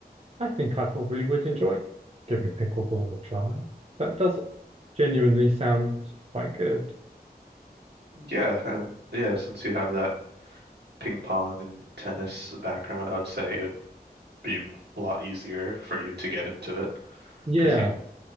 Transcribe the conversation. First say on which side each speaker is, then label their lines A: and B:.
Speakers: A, on the right; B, on the right.
A: I think I probably would enjoy giving pickleball a try. That does genuinely sound quite good.
B: Yeah, and yeah, since you have that ping pong and tennis background, I would say it would be a lot easier for you to get into it
A: Yeah.
B: because you,